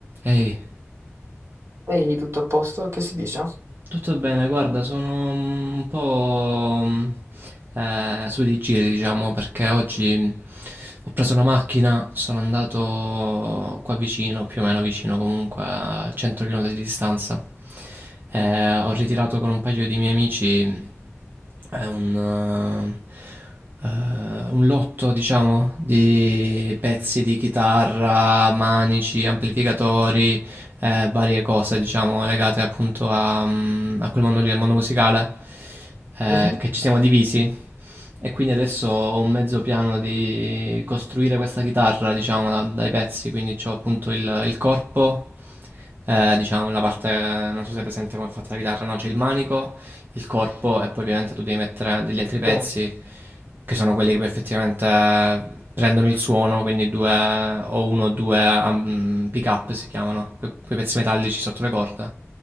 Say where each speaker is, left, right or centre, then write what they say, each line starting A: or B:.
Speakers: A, on the right; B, on the right.
A: Ehi,
B: Ehi, tutto a posto? Che si dice?
A: tutto bene, guarda, sono mm, un po' mm, eh, su di giri, diciamo, perché oggi mm, ho preso la macchina, sono andato qua vicino, più o meno vicino, comunque a 100 km di distanza. Eh, ho ritirato con un paio di miei amici mm, eh, un, eh, eh, un lotto, diciamo, di pezzi di chitarra, manici, amplificatori eh, varie cose, diciamo, legate appunto a, mm, a quel mondo lì, al mondo musicale, eh,
B: Mhm.
A: che ci siamo divisi. E quindi adesso ho un mezzo piano di costruire questa chitarra, diciamo, da- dai pezzi. Quindi ho appunto il, il corpo, eh, diciamo la parte, non so se è presente come è fatta la chitarra, no? C'è il manico, il corpo e poi ovviamente tu devi mettere degli altri pezzi
B: Sì,
A: che sono quelli che poi effettivamente prendono il suono, quindi due o uno o due um, pick up si chiamano, que- quei pezzi metallici sotto le corde.